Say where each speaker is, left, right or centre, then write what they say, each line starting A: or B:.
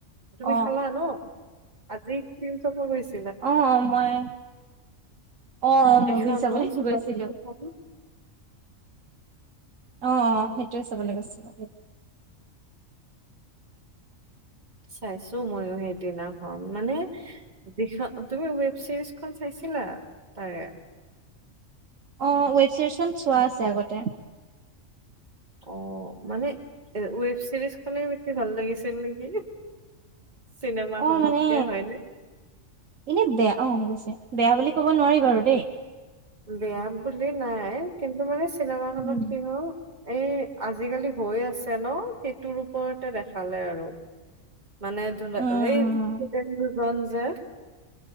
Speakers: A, on the right; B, on the right.
A: তুমি
B: অ
A: খালা ন, আজি ফিল্ম চাব গৈছি।
B: অ অ মই অ অঁ মভি
A: এখন
B: চাবলে
A: ন চুপা
B: গৈছিলো।
A: চুপি খন
B: অ অ সেইটোয়ে চাবলে গৈছিল।
A: চাইছো মইয়ো হেত দিনাখন মানে যিখ তুমি ৱেব চিৰিজ খন চাইছিলা তাৰে,
B: অ ৱেব ছিৰিজখন চোৱা আছে আগতে।
A: অ মানে এ ৱেব চিৰিজ খনে বেছি ভাল লাগিছিল নেকি? চিনেমা
B: অ
A: খনতকে
B: মানে,
A: হয়নে
B: এনেব বেয়া অ গৈছে। বেয়া বুলি ক'ব নোৱাৰি বাৰু দেই
A: বেয়াব বুলি নাই কিন্তু মানে চি, চিনেমা খনত
B: উম।
A: কিনো আও এ আজিকালি হৈ আছে ন, সেইটোৰ ওপৰতে দেখালে আৰু মানে এইটো না
B: উম
A: হেইটো
B: উম
A: ডেংগু ৰঞ্জুৱে